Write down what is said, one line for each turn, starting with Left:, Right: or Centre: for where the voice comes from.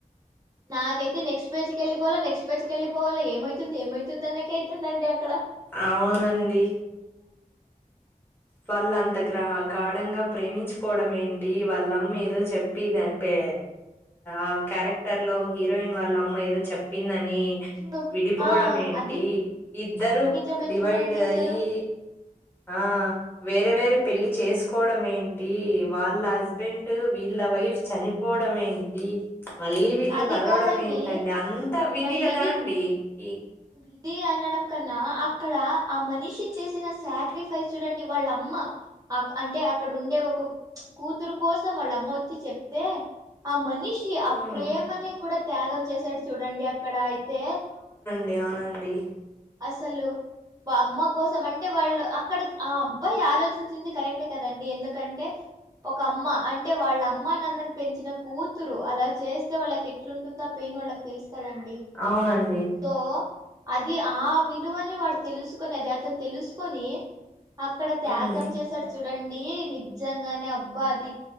Right: నాకైతే నెక్స్ట్ పేజ్ కెళ్ళపోవాలా నెక్స్ట్ బ్యాచ్కి వెళ్ళివాలా ఏమవుతుంది ఏమవుతుంది అక
Left: అవునండి వాళ్ళ అంత గ్రాహ గాఢంగా ప్రేమించుకోవడం ఏంటి వాళ్ళమ్మ ఏదో చెప్పిదిని ఆ క్యారెక్టర్ లో హీరోయిన్ వాళ్ళ అమ్మ ఏదో చెప్పిందని
Right: చూడు
Left: విడిపోవడం
Right: ఆ
Left: ఏంటి
Right: అది
Left: ఇద్దరు
Right: అది నిజమే
Left: డివైడ్
Right: చూడండి అసలు
Left: అయి ఆ వేరే వేరే పెళ్లి చేసుకోవడం ఏంటి వాళ్ళ హస్బెండ్ వీళ్ళ వైఫ్ చనిపోవడం ఏంటి మళ్ళీ వీళ్లు
Right: అది
Left: కలవడం
Right: కాదండి
Left: ఏంటండి అంత విధి
Right: మళ్ళీ
Left: కదా
Right: ఇది
Left: అండి ఈ
Right: ఇది అన కన్నా అక్కడ ఆ మనిషి చేసిన సాక్రిఫైస్ చూడండి వాళ్ళమ్మ అంటే అక్కడ ఉండే ఒక కూతురు కోసం వాళ్ళమ్మ వచ్చి చెప్తే ఆ మనిషి ఆ
Left: ఉమ్
Right: ప్రేమనే కూడా త్యాగం చేస్త సట్ చూడండి అక్కడయి తె
Left: అవును అండి
Right: అసలు అమ్మ కోసం అంటే వాళ్ళు అక్కడ ఆ అబ్బాయి ఆలోచించింది కరెక్టే కదండి ఎందుకంటే ఒక అమ్మ అంటే వాళ్ళ అమ్మా నన్నలు పెంచిన కూతురు అలా చేస్తే వాళ్ళకి ఎట్లుంటుందో ఆ పెయిన్ వాళ్ళకి తెలుసు కదండి
Left: అవునండి
Right: సో అది ఆ విలువని వాడు తెలుసుకున అది అతను తెలుసుకొని అక్కడ త్యాగం
Left: ఉమ్
Right: చేశాడు చూడండి అండి నిజంగానే అ అబ్బాద